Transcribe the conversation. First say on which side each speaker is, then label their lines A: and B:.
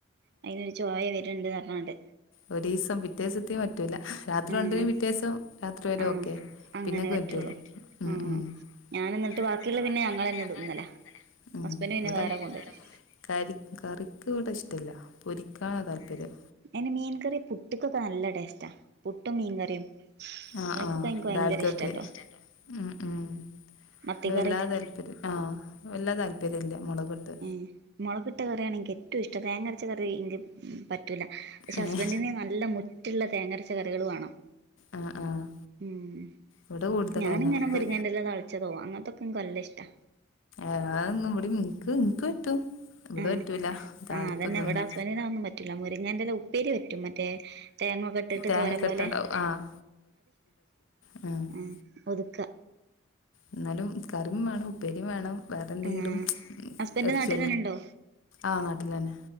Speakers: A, on the right; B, on the left.
A: അതിന് ഒരു ചൊയ വരുണ്ട് പറഞ്ഞാണ്ട്
B: ഒരു ദിവസം പിറ്റേ ദിവസത്തേക്ക് പറ്റൂല്ല രാത്രി
A: ആഹ്
B: കൊണ്ടവരും പിറ്റേ ദിവസം രാത്രി വരെ
A: ആഹ്
B: ഓക്കെ
A: അങ്ങനെ
B: പിന്നക്ക്
A: പറ്റുള്ളൂ
B: പറ്റൂല്ല ഉം
A: ആഹ്
B: ഉം
A: ഞാനെന്നിട്ട്
B: ഞാൻ എന്നിട്ട് ബാക്കിയുള്ള
A: പിന്നെ ഞങ്ങളന്നെ
B: മിന് ഞങ്ങൾ
A: തിന്നലാ
B: തന്നെ തിന്നല് ഉം
A: ഹസ്ബൻഡ് പിന്നെ
B: അപ്പം
A: വേറെ കൊണ്ടുവരും
B: ക കറിക്ക് ഇവിടെ ഇഷ്ടല്ല കാണാൻ താല്പര്യം
A: എന്നെ മീൻകറി പുട്ടക്കൊക്കെ നല്ല ടേസ്റ്റാ പുട്ടും മീൻകറിയും
B: ആഹ്
A: അയിക്കൊക്കെ
B: ആഹ്
A: എനിക്ക്
B: ഒരാൾക്കൊക്കെ
A: ഭയങ്കര ഇഷ്ടാട്ടോ
B: ഉം ഉം
A: മത്തിക്കറി
B: വല്ലാ താല്പര്യം ആഹ് വല്ല താല്പര്യം ഇല്ല മുളകിട്ട്
A: ഉം മുളകിട്ട കറിയാണ് എനിക്ക് ഏറ്റവും ഇഷ്ടം തേങ്ങരച്ച കറി എനിക്ക് പറ്റ റ്റൂല പക്ഷെ
B: ഏഹ്
A: ഹസ്ബൻഡിന്‌ നല്ല മുറ്റുള്ള തേങ്ങരച്ച കറികൾ വേണം
B: ആഹ് ആഹ്
A: ഉം
B: ഇവിടെ കൂടുതലെന്നെ
A: ഞാനിങ്ങനെ
B: ഒക്കെ
A: മുരിങ്ങന്റെ ഇല താളിച്ചതോ അങ്ങനത്തൊക്ക എനിക്ക് നല്ല ഇഷ്ടാ
B: ആഹ് ഇവടെയും എനിക്ക് എനിക്ക് പറ്റും ഇവിടെ
A: ആഹ്
B: പറ്റൂല താളിപ്പതൊന്നു
A: ആഹ് അതന്നെ ഇവിടെ ഹസ്ബൻഡിന് അതൊന്നും പറ്റൂല്ല മുരിങ്ങന്റെല ഉപ്പേരി പറ്റും മറ്റേ തേങ്ങൊക്കെ ഇട്ടിട്ട്
B: തേങ്ങക്കെ
A: തോരൻ പോലെ
B: ഇട്ടോണ്ട് ആഹ് <unintelligible>
A: ഉം ഒതുക്കുക
B: എന്നാലും കറിയു വേണം ഉപ്പേരിയും വേണം വേറെ എന്തെങ്കിലും
A: ആഹ് ഹസ്ബൻഡ്
B: ഇറച്ച
A: നാട്ടിലെന്നെണ്ടോ
B: ആഹ് നാട്ടില്തന്നെ